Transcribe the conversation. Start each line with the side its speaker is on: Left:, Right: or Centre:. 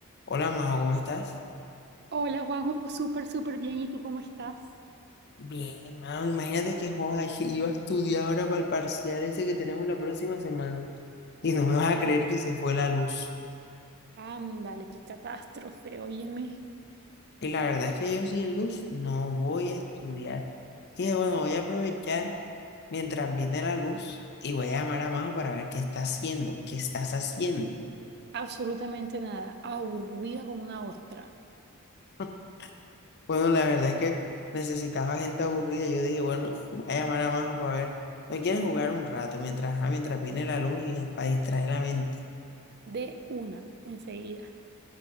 Left: Hola, Majo, ¿cómo estás?
Right: Hola Juanjo, súper, súper bien. ¿Y tú cómo estás?
Left: Bien, Majo, imagínate que joda, <laughs> iba a estudiar ahora para el parcial ese que tenemos la próxima semana y no me vas
Right: Ah,
Left: a creer que se fue la luz.
Right: Ándale, qué catástrofe. Óyeme,
Left: Y la verdad es que yo sin luz no voy a estudiar. Dije, bueno, voy a aprovechar mientras viene la luz y voy a llamar a Majo para ver qué está haciendo, qué estás haciendo.
Right: absolutamente nada. Aburrida como una ostra.
Left: <laughs> Bueno, la verdad es que necesitaba gente aburrida. Yo dije, bueno, voy a llamar a Majo para ver. ¿No quieres jugar un rato mientras, ah, mientras viene la luz y para distraer la mente?
Right: De una, enseguida.